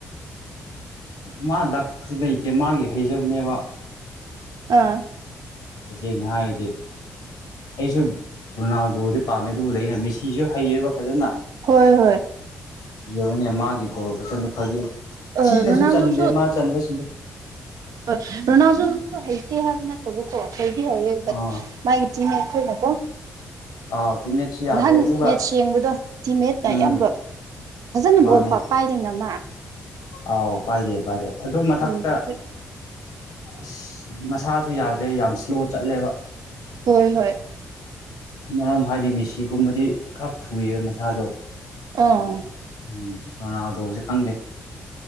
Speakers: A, on the left; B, on the right.
A: ꯃꯥ ꯂꯥꯛꯄꯁꯨ ꯂꯩꯇꯦ ꯃꯥꯒꯤ ꯍꯩꯖꯕꯅꯦꯕ
B: ꯑ
A: ꯇꯁꯦꯡꯅ ꯍꯥꯏꯗꯤ ꯑꯩꯁꯨ ꯔꯣꯅꯥꯜꯗꯣꯗꯤ ꯄꯥꯝꯃꯦ ꯑꯗꯨꯕꯨ ꯂꯩꯅ ꯃꯤꯦꯁꯤꯁꯨ ꯍꯩꯌꯦꯕ ꯐꯖꯅ
B: ꯍꯣꯏ ꯍꯣꯏ
A: ꯏꯕꯅꯦ ꯃꯥꯒꯤ ꯒꯣꯜ ꯐꯖꯅ ꯐꯥꯒ
B: ꯑꯥ
A: ꯁꯤꯤꯅꯁꯨ
B: ꯔꯣꯅꯥꯜꯗꯣꯁꯨ
A: ꯆꯟꯗꯦ ꯃꯥ ꯆꯟꯕꯁꯤꯡꯁꯦ
B: ꯍꯣꯏ ꯔꯣꯅꯥꯜꯖꯣꯁꯨ ꯍꯩꯇꯦ ꯍꯥꯏꯕ ꯅꯠꯇꯕꯀꯣ ꯍꯩꯗꯤ ꯍꯥꯏꯔꯦ ꯕꯠ
A: ꯑꯥ
B: ꯃꯥꯒꯤ ꯆꯤꯃꯦ ꯈꯣꯏꯅꯀꯣ
A: ꯑꯥꯎ ꯇꯤꯝꯃꯦꯠꯁꯨ ꯌꯥꯗ꯭ꯔꯦ
B: ꯅꯍꯥꯟ
A: ꯑꯗꯨꯒ
B: ꯃꯦꯠꯁ ꯌꯦꯡꯕꯗꯣ ꯇꯤꯝꯃꯦꯦꯠꯅ
A: ꯎꯝ
B: ꯑꯌꯥꯝꯕ ꯐꯖꯅ
A: ꯃꯥꯅꯦ
B: ꯕꯣ ꯄꯥꯏꯔꯤ ꯅꯃ
A: ꯑꯥꯎ ꯄꯥꯏꯔꯦ ꯄꯥꯏꯔꯦ ꯑꯗꯨ ꯃꯊꯛꯇ
B: ꯎꯝ
A: ꯏꯁ ꯃꯁꯥꯁꯨ ꯌꯥꯗ꯭ꯔꯦ ꯌꯥꯝ ꯏꯁ꯭ꯂꯣ ꯆꯠꯂꯦꯕ
B: ꯍꯣꯏ ꯍꯣꯏ
A: ꯑꯃꯔꯣꯝ ꯍꯥꯏꯗꯤ ꯃꯦꯁꯤꯒꯨꯝꯕꯗꯤ ꯈꯔ ꯊꯨꯏ ꯃꯁꯥꯗꯣ
B: ꯑꯥ
A: ꯎꯝ ꯔꯣꯅꯥꯜꯗꯣꯁꯦ ꯈꯪꯗꯦ